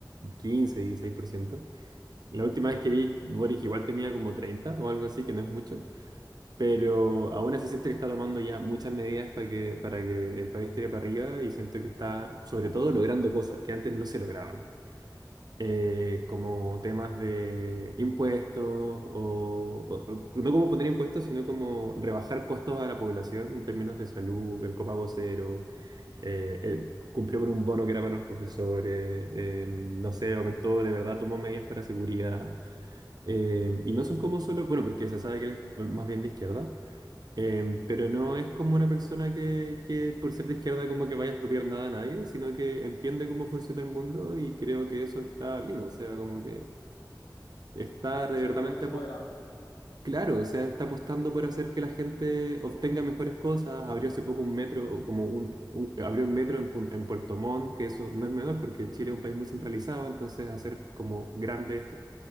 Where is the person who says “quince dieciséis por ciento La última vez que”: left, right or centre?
Right